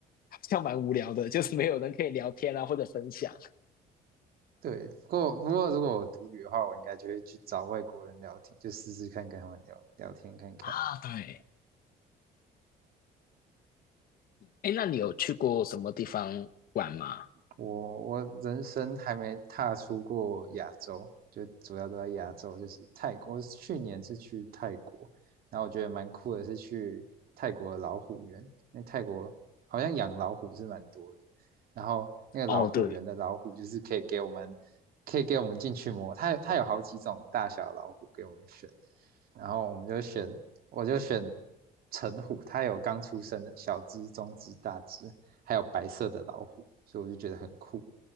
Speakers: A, on the left; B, on the right.
A: 好像蛮无聊的，就是没有人可以聊天啊，或者分享
B: 对，不过不过如果我独旅的话，我应该就会去找外国人聊天，就试试看跟他们聊聊天看看。
A: 啊。对，哎，那你有去过什么地方玩吗？
B: 我我人生还没踏出过亚洲，就主要都在亚洲，就是泰国。我去年是去泰国，然后我觉得蛮酷的是去泰国的老虎园，因为泰国好像养老虎是蛮多的。然后那个老虎园的老虎就是可以给我们，
A: 哦，对，
B: 可以给我们进去摸，它有它有好几种大小老虎给我们选，然后我们就选，我就选橙虎，它有刚出生的小只、中只、大只，还有白色的老虎，所以我就觉得很酷。